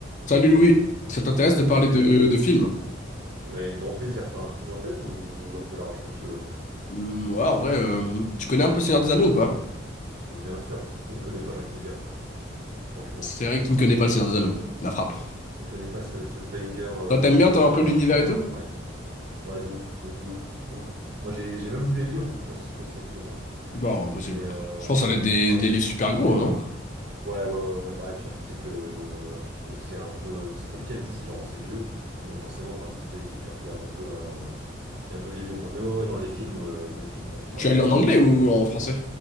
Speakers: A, on the left (about 40°); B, on the right (about 50°).
A: Salut Louis, ça t'intéresse de parler
B: Salut,
A: de, de films?
B: mais grand plaisir, t'as un film en tête ou un peu large comme tu veux?
A: Hmm, ouais, en vrai, euh, tu connais un peu Seigneur des Anneaux ou pas?
B: Bien sûr, qui ne connaît pas, j'ai envie de te dire, franchement.
A: C'est vrai qu'il ne connaît pas le Seigneur des Anneaux, la frappe.
B: Qui ne connaît pas ce, ce banger euh,
A: Toi, t'aimes
B: intergénérationnel,
A: bien, toi, un peu l'univers et tout?
B: hein, pareil. hein. Ouais, de ouf, de ouf, de ouf, de ouf. Moi j'ai j'ai même lu les livres, je sais pas si toi c'était comme ça,
A: Non, impossible.
B: mais euh,
A: Je pense que ça va être des,
B: enfin j'ai,
A: des livres super
B: je crois
A: gros,
B: que j'ai.
A: non?
B: Ouais, ouais, ouais, ouais. Bah, et puis surtout, c'est que, vu que c'est un peu. C'est Tolkien, c'est c'est genre, c'est vieux, donc forcément t'as un style d'écriture qui est un peu, euh, qui est un peu vieillot, quoi. Mais ouais, ouais, non, les films euh, magnifiques, quoi. Peter
A: Tu
B: Jackson,
A: as lu en anglais
B: euh,
A: ou
B: le GOAT.
A: en français?